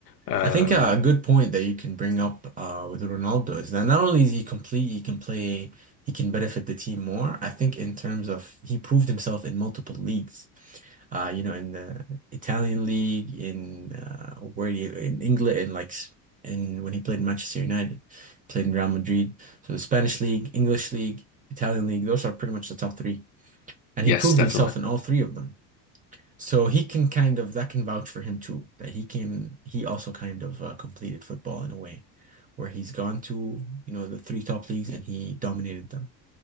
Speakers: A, on the left; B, on the right.
A: Um,
B: I think uh, a good point that you can bring up uh, with Ronaldo is that not only is he complete, he can play, he can benefit the team more. I think in terms of he proved himself in multiple leagues. Uh, you know, in the Italian league, in uh, where you in England, in like s- in when he played in Manchester United, played in Real Madrid. So the Spanish league, English league, Italian league, those are pretty much the top three, and
A: yes,
B: he proved
A: definitely.
B: himself in all three of them. So he can kind of that can vouch for him too, that he can he also kind of uh, completed football in a way where he's gone to, you know, the three top leagues and he dominated them.